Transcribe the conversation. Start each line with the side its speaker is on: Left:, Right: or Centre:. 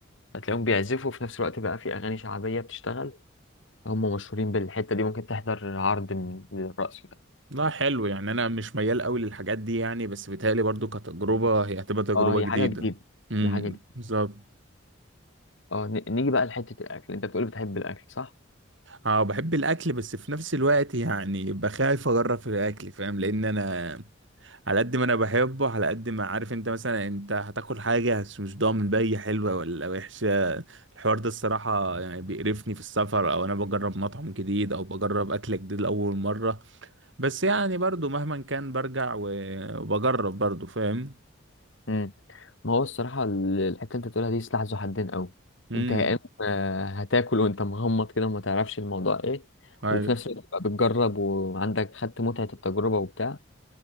Left: هتلاقيهم بيعزفوا في نفس الوقت بقى في اغاني شعبية بتشتغل هم مشهورين بالحتة دي ممكن تحضر عرض من الرقص ده
Right: لا حلو يعني انا مش ميال قوي للحاجات دي يعني بس بيتهيألي برضو كتجربة هي هتبقى تجربة
Left: اه هي
Right: جديدة
Left: حاجة جديدة
Right: امم
Left: دي حاجة جديدة
Right: بالظبط
Left: اه ن- نيجي بقى لحتة الاكل انت بتقول بتحب الاكل صح
Right: اه بحب الاكل بس في نفس الوقت يعني بخاف اجرب في الاكل فاهم لان انا على قد ما انا بحبه على قد ما عارف انت مثلا انت هتاكل حاجه بس مش ضامن بقى هي حلوه ولا وحشه الحوار ده الصراحه يعني بيقرفني في السفر او انا بجرب مطعم جديد او بجرب اكل جديد لاول مره بس يعني برضو مهما كان برجع و- وبجرب برضو فاهم
Left: مم. ما هو الصراحة ال- الحتة اللي انت بتقولها دي سلاح ذو حدين قوي
Right: امم
Left: انت يا اما آه، هتاكل وانت مغمض كده وما تعرفش الموضوع ايه
Right: أيوه.
Left: وفي نفس الوقت بقى بتجرب وعندك خدت متعة التجربة وبتاع